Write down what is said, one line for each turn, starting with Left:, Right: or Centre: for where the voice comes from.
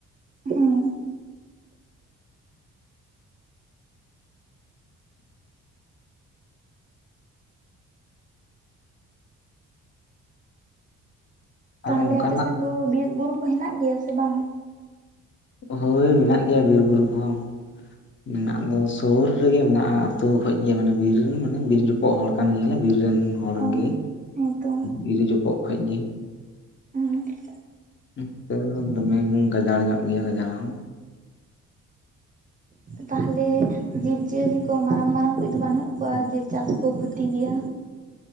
Right: ᱦᱮᱸ
Left: ᱟᱨ
Right: ᱛᱟᱦᱚᱞᱮ
Left: ᱚᱱᱠᱟᱱᱟᱜ
Right: ᱟᱯᱮᱥᱮᱫ ᱫᱚ ᱵᱤᱨ ᱵᱩᱨᱩ ᱠᱚ ᱦᱮᱱᱟᱜ ᱜᱮᱭᱟ ᱥᱮ ᱵᱟᱝ?
Left: ᱦᱳᱭ, ᱢᱮᱱᱟᱜ ᱜᱮᱭᱟ ᱵᱤᱨ ᱵᱩᱨᱩ ᱠᱚᱦᱚᱸ᱾ ᱢᱮᱱᱟᱜ ᱫᱚ ᱥᱳᱨ ᱨᱮᱜᱮ ᱢᱮᱱᱟᱜᱼᱟ ᱟᱹᱛᱩ ᱠᱷᱚᱡ ᱜᱮ ᱢᱟᱱᱮ ᱵᱤᱨ ᱢᱟᱱᱮ ᱵᱤᱨ ᱡᱚᱯ ᱯᱚᱠ ᱦᱚᱲ ᱠᱟᱱ ᱜᱮᱭᱟᱞᱮ ᱵᱤᱨ ᱨᱮᱱ ᱦᱚᱲ
Right: ᱚ
Left: ᱜᱮ
Right: ᱦᱮᱸᱛᱚ
Left: ᱵᱤᱨ ᱡᱚᱯᱚᱜ ᱠᱷᱚᱡ ᱜᱮ ᱾
Right: ᱦᱮᱸ ᱾
Left: ᱱᱚᱛᱮ ᱫᱚᱢᱮ ᱜᱟᱡᱟᱲ ᱧᱚᱜ ᱜᱮᱭᱟ ᱜᱟᱡᱟᱲ ᱦᱚᱸ᱾
Right: ᱛᱟᱦᱚᱞᱮ ᱡᱤᱵᱽ ᱡᱤᱭᱟᱹᱞᱤ ᱠᱚ ᱢᱟᱨᱟᱝ ᱢᱟᱨᱟᱝ ᱠᱩᱡ ᱫᱚ ᱵᱟᱹᱱᱩᱜ ᱠᱚᱣᱟ ᱡᱮ ᱪᱟᱥ ᱠᱚ ᱠᱷᱩᱛᱤ ᱜᱮᱭᱟ?